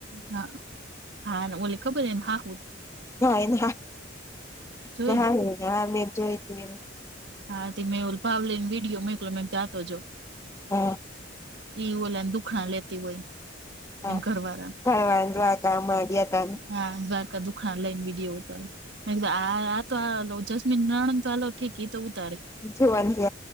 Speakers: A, on the right; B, on the left.
A: હા હા ને ઓલે ખબર એ ને હાહું.
B: ના ના
A: જોઈ
B: ના
A: ને
B: હ મેં જોઈતી એમ.
A: હાથી મેં એવું ભાવલી ને વિડીયો મેકલ્યો મે આતો જો.
B: હા
A: એ ઓલાન દુખા ન લેતી હોય.
B: હા
A: એમ ઘરવાળા
B: કાય વાંધો આ ગામા ગ્યા તા.
A: હા દ્વારકા દુખા લઈન વિડીયો ઉતારો મે કિધુ આ આ તો જસમીન નણંદ તો. ઠીકે તો ઉતારે
B: જોવાનું છે